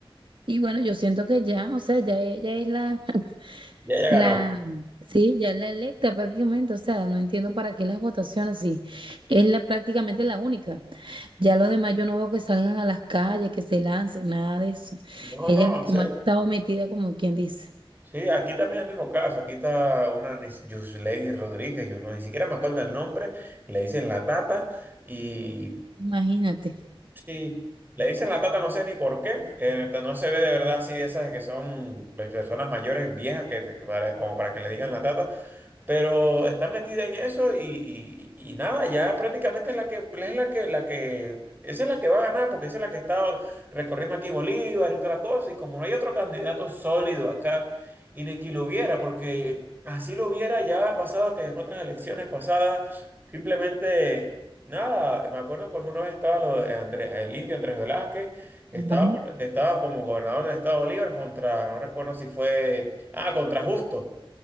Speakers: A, on the right; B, on the right.
A: Y bueno, yo siento que ya, o sea, ya ella es la <laughs>
B: Ya ya
A: La,
B: ganó.
A: sí, ya es la electa prácticamente, o sea, no entiendo para qué las votaciones, sí, es la, prácticamente la única. Ya los demás yo no veo que salgan a las calles, que se lancen, nada de eso.
B: No,
A: Ella
B: no,
A: es la
B: en
A: que
B: serio.
A: más ha estado metida, como quien dice.
B: Sí, aquí también es el mismo caso, aquí está una ni- Yuslady Rodríguez, yo no, ni siquiera me acuerdo el nombre, le dicen la tata y
A: Imagínate.
B: Sí, le dicen la tata, no sé ni por qué. eh, no se ve de verdad así de esas que son personas mayores, viejas, que, que para- como para que le digan la tata. Pero está metida en eso y, y- y nada, ya prácticamente es la que, es la que, la que, esa es la que va a ganar, porque esa es la que está recorriendo aquí Bolívar y toda la cosa. Y como no hay otro candidato sólido acá, y ni que lo hubiera, porque así lo hubiera ya ha pasado que en otras elecciones pasadas, simplemente nada, me acuerdo cuando una vez estaba lo de Andrés, el indio Andrés Velázquez, que estaba,
A: Ajá,
B: que estaba como gobernador del estado de Bolívar contra, no recuerdo si fue, ah, contra Justo.